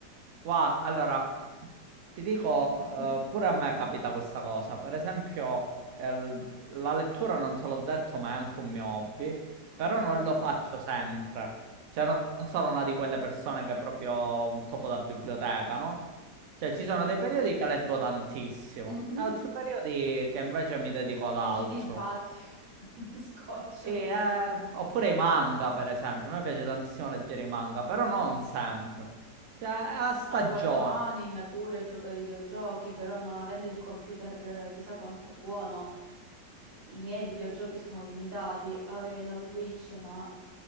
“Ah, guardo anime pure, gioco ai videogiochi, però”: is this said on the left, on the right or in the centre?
Right